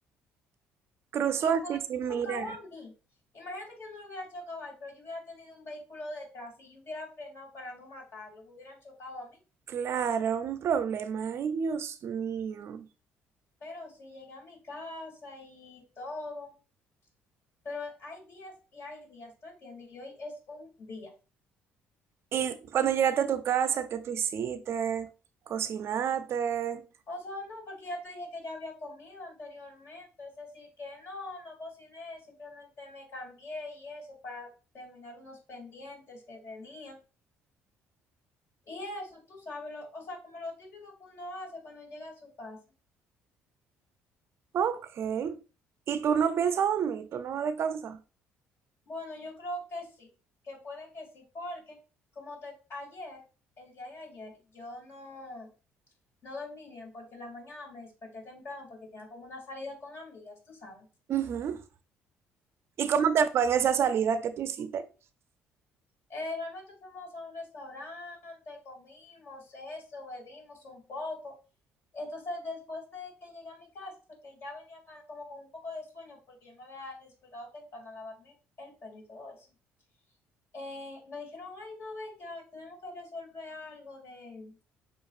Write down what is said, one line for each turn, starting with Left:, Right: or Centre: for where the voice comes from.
Right: Cruzó
Left: y se
Right: así
Left: me hubiera
Right: sin
Left: chocado
Right: mirar.
Left: a mí. Imagínate que yo no lo hubiera chocado a él, pero yo hubiera tenido un vehículo detrás y yo hubiera frenado para no matarlo, me hubieran chocado a mí.
Right: Claro, un problema. Ay, Dios mío.
Left: Pero sí, llegué a mi casa y todo. Pero hay días y hay días, ¿tú entiendes? Y hoy es un día.
Right: Y cuando llegaste a tu casa, ¿qué tú hiciste? Cocinaste.
Left: O sea, no, porque ya te dije que ya había comido anteriormente, es decir, que no, no cociné, simplemente me cambié y eso para terminar unos pendientes que tenía. Y eso, tú sabes, lo- o sea, como lo típico que uno hace cuando llega a su casa.
Right: Ok. ¿Y tú no piensas dormir? ¿Tú no vas a descansar?
Left: Bueno, yo creo que sí, que puede que sí, porque como te, ayer, el día de ayer, yo no, no dormí bien porque en la mañana me desperté temprano porque tenía como una salida con amigas, tú sabes.
Right: Ujú. ¿Y cómo te fue en esa salida que tú hiciste?
Left: Eh, realmente fuimos a un restaurante, comimos eso, bebimos un poco. Entonces, después de que llegué a mi casa, que ya venía ca- como con un poco de sueño, porque yo me había despertado temprano a lavarme el pelo y todo eso, eh, me dijeron, ay, no, ven, que tenemos que resolver algo de...